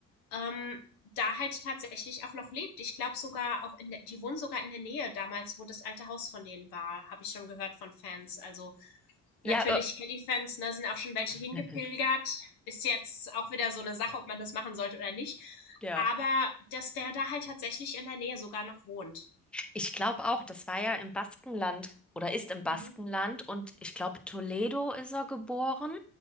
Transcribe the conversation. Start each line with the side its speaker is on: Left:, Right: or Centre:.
Left: ähm, da halt tatsächlich auch noch lebt. Ich glaube sogar auch in der, die wohnen sogar in der Nähe damals, wo das alte Haus von denen war, habe ich schon gehört von Fans. Also
Centre: Ja,
Left: Natürlich,
Centre: äh,
Left: Kelly-Fans, ne, sind auch schon welche hingepilgert.
Centre: <laughs>
Left: Ist jetzt auch wieder so eine Sache, ob man das machen sollte oder nicht.
Centre: ja.
Left: Aber dass der da halt tatsächlich in der Nähe sogar noch wohnt.
Centre: Ich glaube auch, das war ja im Baskenland oder ist im Baskenland
Left: Mhm.
Centre: und ich glaube, Toledo ist er geboren